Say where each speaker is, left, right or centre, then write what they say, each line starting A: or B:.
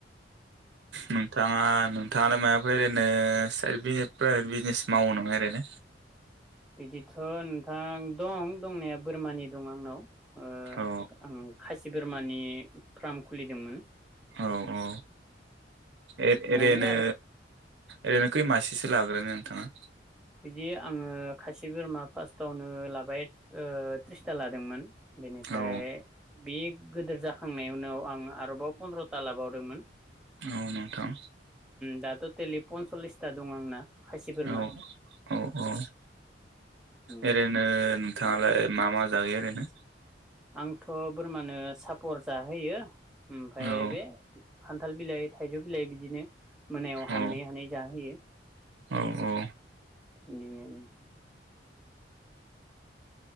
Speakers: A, on the right (about 75°); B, in the centre.
A: नोंथाङा नोंथाङालाय मायबाफोर ओरैनो साइड बि प्राइभेट बिजनेस मावो नामा ओरैनो?
B: बिदिथ' नोंथां दं दंनाया बोरमानि दं आंनाव। ओ
A: औ
B: आं खासि बोरमानि फ्राम खुलिदोंमोन ।
A: औ औ एर
B: न'आवनो
A: एरैनो
B: आरो
A: एरैनो खै मासेसो लाग्रोनो नोंथाङा?
B: बिदि आङो खासि बोरमा फार्स्टावनो लाबाय ओ थ्रिसथा लादोंमोन। बेनिफ्राय
A: औ
B: बि गोदोर जाखांनायावनो आं आरोबाव पन्द्रथा लाबावदोंमोन।
A: औ नोथां।
B: दा टटेलि पनस'लिसथा दं आंना। खासि बोरमा।
A: औ औ औ
B: उम
A: ओरैनो नोंथाङालाय मा? मा जाहोयो ओरैनो?
B: आंथ' बोरमानो सापर जाहोयो। ओमफाय
A: औ
B: बे खान्थाल बिलाइ, थाइजौ बिलाइ बिदिनो । मोनायाव हानै-हानै
A: औ
B: जाहोयो ।
A: औ औ
B: बिनि उनावनो